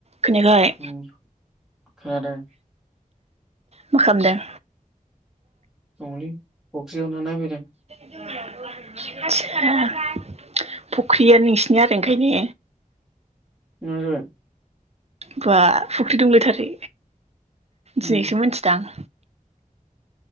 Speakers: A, on the right; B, in the centre.
A: खोनायाखै
B: <unintelligible> खोनादों,
A: मा खालामदों?
B: दंहोलै औ इयावनो नायफैदों,
A: <unintelligible> फख्रिया नोंसिनि आरो ओंखायने
B: <unintelligible> जाबाय।
A: बा फुख्रि दुंलायथारो
B: उम
A: दिनैसो मिथिदां।